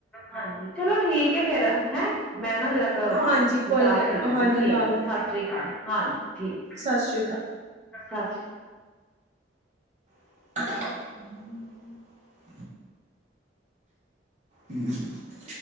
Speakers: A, in the centre; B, on the right (about 40°).
A: ਹਾਂਜੀ ਚਲੋ ਠੀਕ ਏ ਫੇਰ, ਹੈਂ, ਮੈਂ ਨਾ ਜਰਾ ਕੀ
B: ਹਾਂਜੀ ਕੋਈ
A: ਬਜਾਰ
B: ਗੱਲ
A: ਚੱਲੀ
B: ਹਾਂਜੀ
A: ਸੀ, ਠੀਕ
B: ਲਾ ਲਓ
A: ਸਾਸ੍ਰੀ ਕਾਲ ਹਾਂਜੀ, ਠੀਕ।
B: ਸਤਿ ਸ਼੍ਰੀ ਅਕਾਲ
A: ਸਾ ਸ੍ਰੀ
B: <unintelligible> ਹੁ <unintelligible>